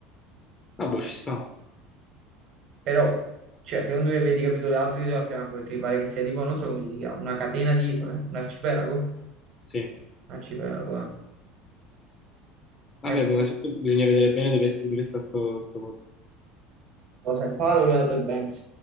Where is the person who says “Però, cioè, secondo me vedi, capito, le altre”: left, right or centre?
Right